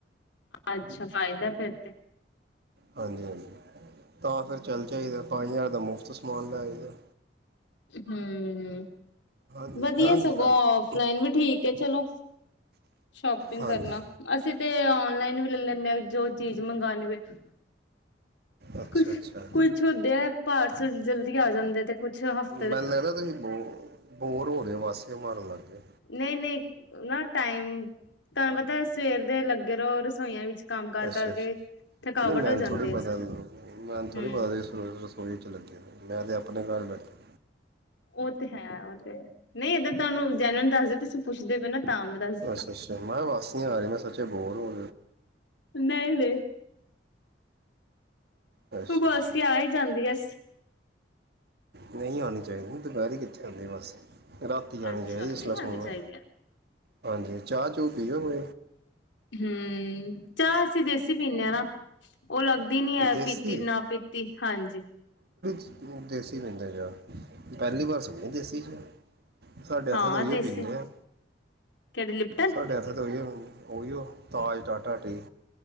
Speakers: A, on the left (about 85°); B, on the right (about 60°).
A: ਅੱਛਾ ਫਾਇਦਾ ਫਿਰ ਇਥ
B: ਹਾਂਜੀ ਹਾਂਜੀ ਤਾਂ ਫਿਰ ਚੱਲ ਜਾਇਦਾ ਪੰਜ ਹਜ਼ਾਰ ਦਾ ਮੁਫ਼ਤ ਸਮਾਨ ਲੈ ਆਈ ਦਾ
A: ਹਮ
B: ਹਾਂਜੀ
A: ਵਧੀਆ
B: ਹਾਂਜੀ
A: ਸਗੋਂ
B: ਹਾਂਜੀ
A: ਫਲਾਈਨ ਵੀ ਠੀਕ ਹੈ ਚਲੋ ਸ਼ੋਪਿੰਗ
B: ਹਾਂਜੀ
A: ਕਰਨਾ ਅਸੀਂ ਤੇ ਔਨਲਾਈਨ ਵੀ ਲੈ ਲੈਂਦੇ ਜੋ ਚੀਜ਼ ਮੰਗਉਣੀ ਪੈਦੀ
B: ਅੱਛਾ
A: ਕੁਛ
B: ਅੱਛਾ
A: ਕੁਛ ਹਦੇ ਹੈ ਪਾਰਸਲ ਜਲਦੀ ਆ ਜਾਂਦੇ ਤੇ ਕੁਛ ਹਫ਼
B: ਮੈਨੂੰ ਲੱਗ ਰਿ ਤੁਸੀਂ ਬੋ ਬੋਰ ਹੋ ਰਹੇ ਹੋ ਵਾਸੀਆ ਮਾਰਨ ਲੱਗ ਗਏ
A: ਨਹੀਂ ਨਹੀਂ ਨਾ ਟਾਈਮ ਤੁਹਾਨੂੰ ਪਤਾ ਸਵੇਰ ਦੇ ਲੱਗੇ ਰਹੋ ਰਸੋਈਆਂ ਵਿੱਚ ਕੰਮ ਕਰ
B: ਅੱਛਾ
A: ਕਰਕੇ
B: ਅੱਛਾ
A: ਥਕਾਵਟ
B: ਨਹੀਂ ਮੈਨੂੰ
A: ਹੋ ਜਾਂਦੀ
B: ਥੋੜ੍ਹੀ
A: ਇਸ
B: ਪਤਾ ਮੈਨੂੰ ਥੋੜ੍ਹੀ
A: ਹਮ
B: ਪਤਾ ਰਸੋਈ 'ਚ ਲੱਗੇ ਮੈਂ ਤਾਂ ਆਪਣੇ ਘਰ ਬੈਠੇ
A: ਉਹ ਤੇ ਹੈ ਉਹ ਤੇ ਨਹੀਂ ਏਧਰ ਤੁਹਾਨੂੰ ਜੈਨਨ ਦੱਸ ਦਿ ਤੁਸੀਂ ਪੁੱਛਦੇ ਪਏ ਨਾ ਤਾਂ ਮੈਂ ਦੱਸਦੀ
B: ਅੱਛਾ ਅੱਛਾ ਮੈਂ ਕਿਹਾ ਬਸ ਨੀ ਆ ਰਹੀ ਮੈਂ ਸੋਚਿਆ ਬੋਰ ਹੋ
A: ਨਹੀਂ ਨਹੀਂ
B: ਹੋ ਅੱਛਾ
A: ਉਬਾਸੀ
B: ਅੱਛਾ
A: ਆ ਹੀ ਜਾਂਦੀ ਐ
B: ਨਹੀਂ ਆਉਣੀ ਚਾਹੀਦੀ ਦੁਪਹਿਰ ਕਿੱਥੇ ਆਉਂਦੀ ਬਸ ਰਾਤੀ ਜਾਣੀ
A: ਅੱਛਾ
B: ਚਾਹੀਦੀ
A: ਨਹੀਂ
B: ਇਸਲ ਸੁਣ
A: ਆਉਣੀ ਚਾਹੀਦੀ ਆ
B: ਹਾਂਜੀ ਚਾਹ ਚੂ ਪੀਓ ਕੋ
A: ਹਮ ਚਾਹ ਅਸੀਂ ਦੇਸੀ ਪੀਦੇ ਹਾਂ ਨਾ ਉਹ ਲੱਗਦੀ ਨੀ ਹੈ
B: ਦੇਸੀ
A: ਪੀਤੀ ਨਾ ਪੀਤੀ ਹਾਂਜੀ
B: <unintelligible> ਕਿ ਪਿਆਦੇ ਪਏ ਹੌ <inaudible> ਪਹਿਲੀ ਵਾਰ ਸੁਣਦੇ ਦੇਸੀ ' ਸਾਡੇ
A: ਹਾਂ
B: ਹੱਥੇ ਏਹੀਓ
A: ਦੇਸੀ
B: ਪੀਂਦੇ ਆਂ
A: ਕਿਹੜੀ ਲਿਪਟਨ
B: ਸਾਡੇ ਹੱਥ ਦ ਉਹੀਓ ਪੀਂਦੇ ਉਹੀਓ ਤਾਜ ਟਾਟਾ ਟੀ